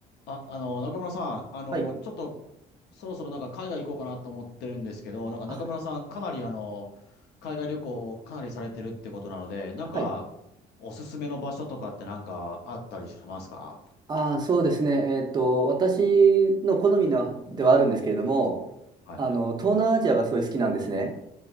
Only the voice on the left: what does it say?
あ、あの、中村さん、あの、
ちょっと、そろそろなんか海外行こうかなと思ってるんですけど、なんか中村さん、
かなりあの、海外旅行をかなりされてるってことなので、なんか、
おすすめの場所とかってなんかあったりしますか
はいはい。